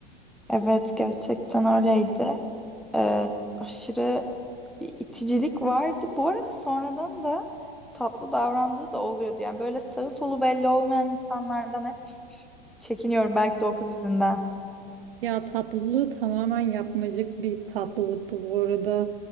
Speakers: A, in the centre; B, on the right (about 65°).
A: Evet gerçekten öyleydi. Ee, aşırı bir iticilik vardı. Bu arada sonradan da tatlı davrandığı da oluyordu. Yani böyle sağı solu belli olmayan insanlardan hep çekiniyorum. Belki de o kız yüzünden.
B: Ya tatlılığı tamamen yapmacık bir tatlılıktı bu arada.